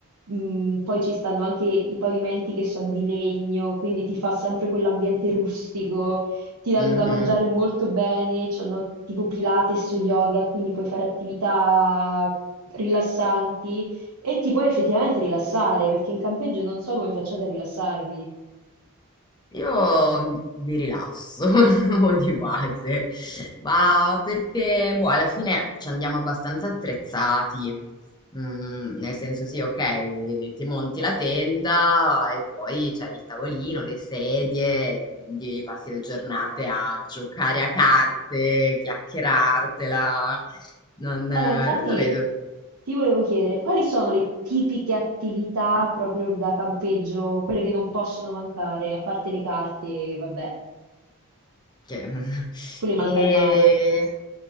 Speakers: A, on the right (about 80°); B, on the left (about 20°).
A: Mm, poi ci stanno anche i pavimenti che sono di legno, quindi ti fa sempre quell'ambiente rustico. Ti danno
B: Mhm.
A: da mangiare molto bene, c'hanno tipo Pilates o yoga, quindi puoi fare attività rilassanti e ti puoi effettivamente rilassare, perché in campeggio non so come facciate a rilassarvi.
B: Io mi rilasso <laughs> di base, ma perché, boh, alla fine ci andiamo abbastanza attrezzati. Mm, nel senso, sì, ok, ti monti la tenda e poi c'hai il tavolino, le sedie, quindi passi le giornate a giocare a carte, chiacchierartela. Non,
A: Eh,
B: eh,
A: ma infatti
B: non lo vedo
A: ti volevo chiedere, quali sono le tipiche attività proprio da campeggio, quelle che non possono mancare, a parte le carte, che vabbè,
B: Cioè, <laughs>
A: quelle
B: e...
A: manca il mare.